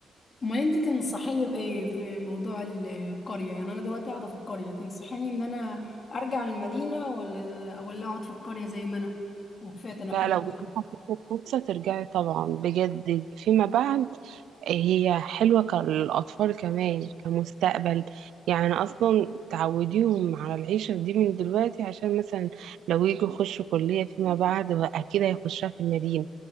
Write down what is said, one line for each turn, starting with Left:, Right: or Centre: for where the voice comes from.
Left: امال انت تنصحيني بايه في موضوع ال- القريه يعني انا دلوقتي قاعده في القريه تنصحيني ان انا ارجع المدينه ولا ولا اقعد في القريه زي ما انا وكفايه تنقلات
Right: لا لو جاتلك
Left: بقى
Right: فرصة ترجعي طبعا بجد فيما بعد هي حلوة ك- للأطفال كمان كمستقبل يعني أصلا تعوديهم على العيشة دي من دلوقتي عشان مثلا لو يجوا يخشوا كلية فيما بعد أكيد هيخشها في المدينة